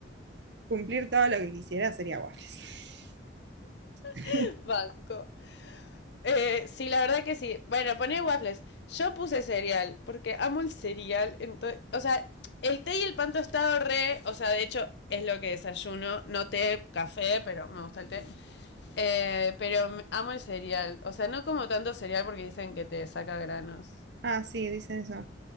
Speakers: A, on the right; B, on the left.
A: cumplir todo lo que quisiera sería waffles. <laughs>
B: <laughs> Banco. Eh, sí, la verdad que sí. Bueno, pone waffles. Yo puse cereal, porque amo el cereal. Entonces, o sea, el té y el pan tostado re, o sea, de hecho es lo que desayuno. No té, café, pero me gusta el té. Eh, pero amo el cereal. O sea, no como tanto cereal porque dicen que te saca granos.
A: Ah, sí, dicen eso.